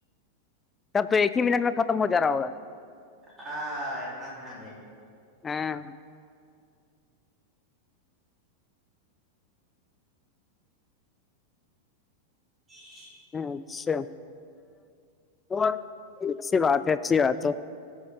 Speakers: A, on the left (about 15°); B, on the right (about 20°).
A: تب تو ایک ہی منٹ میں ختم ہو جا رہا ہوگا
B: ہ اتنا تھاان ہے
A: ہاں
B: جی <unintelligible>
A: اچھا ب اچھی بات ہے اچھی بات تو